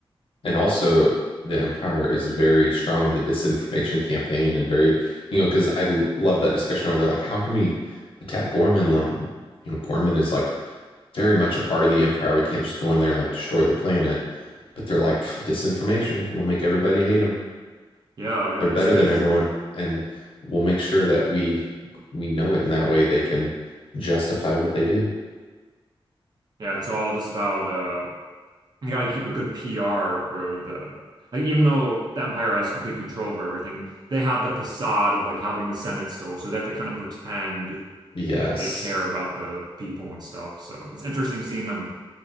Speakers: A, on the left; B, on the right.
A: And also, the Empire is very strong in the disinformation campaign and very, you know, because I l- love that discussion where they're like, how can we attack Gorman? Like, you know, Gorman is like very much a part of the empire. We can't just go in there and like destroy their planet. But they're like, "Pff, disinformation. We'll make everybody hate them.
B: Yeah, yeah,
A: They're better
B: it's because
A: than everyone, and we'll make sure that we we know it in that way they can justify what they do.
B: yeah, it's all just about uh You gotta keep a good PR for the like even though the Empire has complete control of everything, they have the facade of like having the Senate still, so they have to kind of pretend
A: Yes.
B: like they care about the people and stuff. So it's interesting seeing them